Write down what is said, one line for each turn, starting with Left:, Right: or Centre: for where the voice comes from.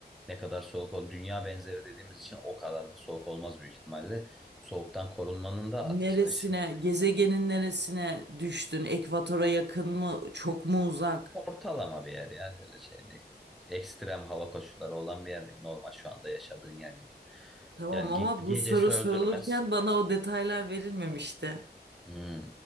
Centre: ne kadar soğuk ol, dünya benzeri dediğimiz için o kadar da soğuk olmaz büyük ihtimalle. Soğuktan korunmanın da
Right: Neresine,
Centre: ateş dışında
Right: gezegenin neresine düştün? Ekvatora yakın mı, çok mu uzak?
Centre: ortalama bir yer yani öyle şey değil. Ekstrem hava koşulları olan bir yer değil. Normal şu anda yaşadığın yer gibi.
Right: Tamam
Centre: Yani
Right: ama
Centre: ge gecesi
Right: bu soru
Centre: öldürmez.
Right: sorulurken bana o detaylar verilmemişti.
Centre: Hmm.